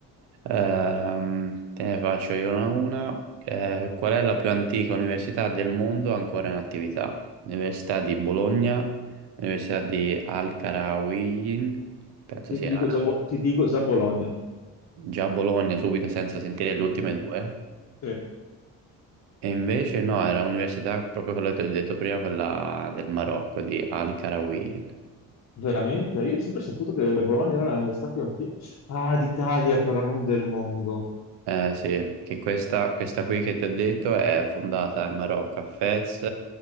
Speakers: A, on the right; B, on the left.
A: Ehm, te ne faccio io una a una. Eh, qual è la più antica università del mondo ancora in attività? Università di Bologna, Università di Al-Qarawiyyin, penso
B: Io
A: sia
B: ti dico
A: arabo.
B: già, Bo- ti dico già Bologna.
A: Già Bologna subito senza sentire le ultime
B: Eh,
A: due.
B: sì.
A: E invece no, era un'università proprio quella che ti ho detto prima, quella del Marocco, di Al-Qarawi.
B: Veramente? Io ho sempre saputo che Bologna era la città più antica. Ah, d'Italia, però non del mondo.
A: Eh sì, che questa, questa qui che ti ho detto è fondata in Marocco, a Fez,